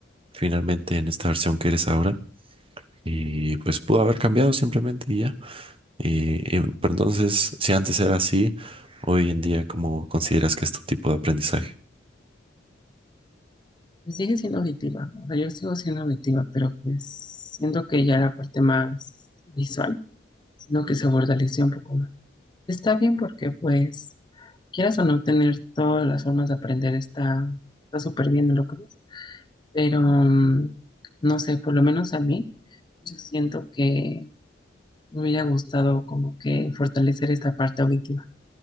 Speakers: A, on the right (about 30°); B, on the left (about 25°).
A: finalmente en esta versión que eres ahora. Y pues pudo haber cambiado simplemente y ya. Y, y, pero entonces, si antes era así, hoy en día, ¿cómo consideras que es tu tipo de aprendizaje?
B: Pues sigue siendo auditiva, o sea, yo sigo siendo auditiva, pero pues siento que ya la parte más visual, sino que se fortaleció un poco más. Está bien porque pues quieras o no tener todas las formas de aprender está está súper bien en lo que es, pero mm, no sé, por lo menos a mí, yo siento que me hubiera gustado como que fortalecer esta parte auditiva.